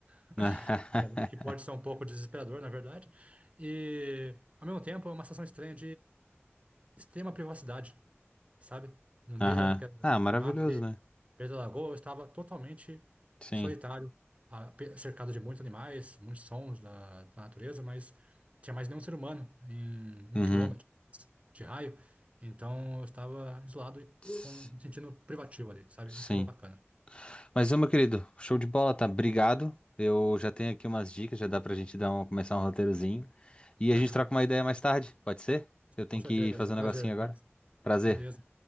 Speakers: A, on the right (about 30°); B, on the left (about 25°).
A: <laughs>
B: <laughs>
A: né, que pode ser um pouco desesperador, na verdade, e ao mesmo tempo é uma sensação estranha extrema privacidade, sabe? No meio
B: Aham.
A: daquele
B: Ah, maravilhoso,
A: mato ali,
B: né?
A: perto da lagoa, eu estava totalmente
B: Sim.
A: solitário, a- pe- cercado de muitos animais, muitos sons da, da natureza, mas tinha mais nenhum ser humano em
B: Uhum.
A: um quilômetro de raio, então eu estava isolado e
B: S-
A: com, me sentindo privativo ali, sabe?
B: Sim.
A: Isso é bacana.
B: Mas, ô, meu querido, show de bola, tá? Obrigado. Eu já tenho aqui umas dicas, já dá pra gente dar um, começar um roteirozinho. E
A: <laughs>
B: a gente troca uma ideia mais tarde, pode ser? Eu tenho
A: Com certeza.
B: que fazer um
A: Prazer,
B: negocinho agora.
A: Carlos.
B: Prazer,
A: Beleza.